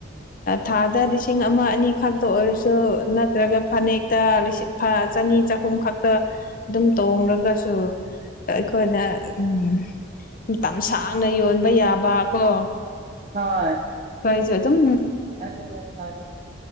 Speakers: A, on the left; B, on the right.
A: ꯊꯥꯗ ꯂꯤꯁꯤꯡ ꯑꯃ ꯑꯅꯤ ꯈꯛꯇ ꯑꯣꯏꯔꯁꯨ ꯅꯠꯇ꯭ꯔꯒ ꯐꯅꯦꯛꯇꯁꯤꯡ ꯆꯅꯤ ꯆꯍꯨꯝ ꯈꯛꯇ ꯑꯗꯨꯝ ꯇꯣꯡꯡꯂꯒꯁꯨ ꯑꯩꯈꯣꯏꯅ ꯎꯝ ꯃꯇꯝ ꯁꯥꯡꯅ ꯌꯣꯟꯕ ꯌꯥꯕ ꯀꯣ
B: ꯍꯣꯏ
A: ꯀꯩꯖꯦ ꯑꯗꯨꯝ
B: ꯑꯗꯨꯗꯅ ꯀꯔꯅꯦꯦ